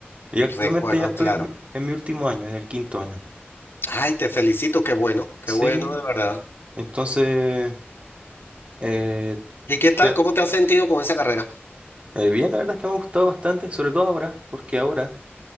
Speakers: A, on the right (about 30°); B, on the left (about 70°).
A: y actualmente
B: Recuerdo,
A: ya estoy
B: claro.
A: en, mi en mi último año, en el quinto año.
B: Ay, te felicito. Qué bueno, qué
A: Sí,
B: bueno, de verdad.
A: entonces, eh,
B: ¿Y qué tal?
A: te-
B: ¿Cómo te has sentido con esa carrera?
A: eh, bien, la verdad es que me ha gustado bastante, sobre todo ahora, porque ahora